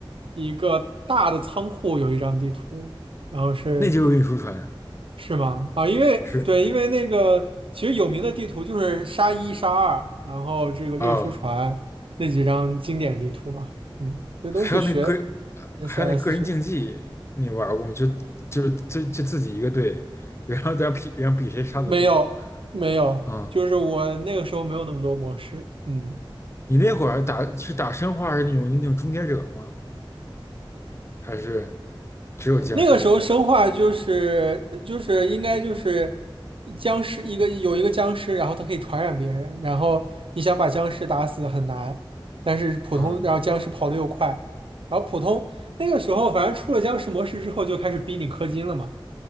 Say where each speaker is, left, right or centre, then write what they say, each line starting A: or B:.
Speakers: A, on the right; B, on the left.
A: 一个大的仓库有一张地图，然后是
B: 那就是运输船
A: 是吗？啊，因为对，
B: 是
A: 因为那个其实有名的地图就是沙一、沙二，然后这个运输船那几张经典地图嘛，
B: 哦，
A: 嗯，这都是学
B: 还有那个
A: CS
B: 还有那个人竞技你玩过吗？
A: 学的，
B: 就就就就自己一个队，然后在那比然后比谁杀的多
A: 没有没有，
B: 嗯。
A: 就是我那个时候没有那么多模式，嗯。
B: 你那会儿打是打生化是那种那种终结者吗？还是只有僵尸？
A: 那个时候生化就是就是应该就是僵尸一个有一个僵尸，然后它可以传染别人，然后你想把僵尸打死很难，但是普通然后僵尸跑的又快，
B: 嗯。
A: 然后普通那个时候反正出了僵尸模式之后就开始逼你氪金了嘛，